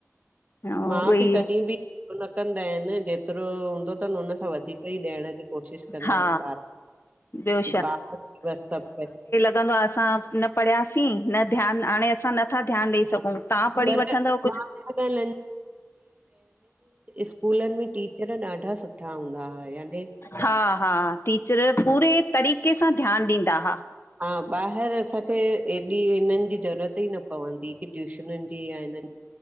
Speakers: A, on the left; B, on the right.
A: उहोई
B: माउ- पीउ कॾहिं बि न कंदा आहिनि। जेतिरो हूंदो अथनि उनखां वधीक ई ॾियण जी कोशिशि कंदा
A: हा
B: आहिनि ॿार
A: ॿियो
B: ी ब सभ <inaudible>
A: लगंदो आ, असां न पढ़ियासीं न ध्यानु हाणे असां नथा ध्यानु ॾेई सघूं। तव्हां पढ़ी
B: पर
A: वठंदव
B: मां
A: कुझु
B: पहिले स्कूलनि में टीचर ॾाढा सुठा मठा हूंदा ह याने, <inaudible>
A: हा हा टीचर पूरे तरीक़े सां ध्यानु ॾींदा हा
B: हा ॿाहिरि असांखे एॾी हिननि जी ज़रूरत ई न पवंदी की ट्यूशनुनि जी जीअ हिन